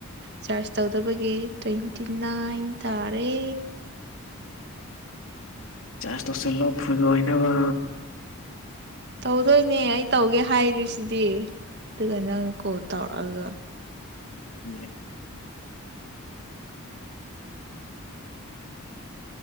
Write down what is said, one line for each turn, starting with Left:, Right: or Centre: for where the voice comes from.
Right: ꯆꯥꯔꯁ ꯇꯧꯗꯕꯒꯤ ꯇ꯭ꯋꯦꯟꯇꯤ ꯅꯥꯏꯟ ꯇꯥꯔꯦ
Left: ꯆꯥꯔꯖ ꯇꯧꯁꯤꯜꯂꯣ ꯐꯨꯜ ꯑꯣꯏꯅꯕ
Right: ꯇꯧꯗꯣꯏꯅꯦ ꯑꯩ ꯇꯧꯒꯦ ꯍꯥꯏꯔꯤꯁꯤꯗꯤ ꯑꯗꯨ ꯅꯪ ꯀꯣꯜ ꯇꯧꯔꯛ ꯑꯥꯒ
Left: ꯑꯦ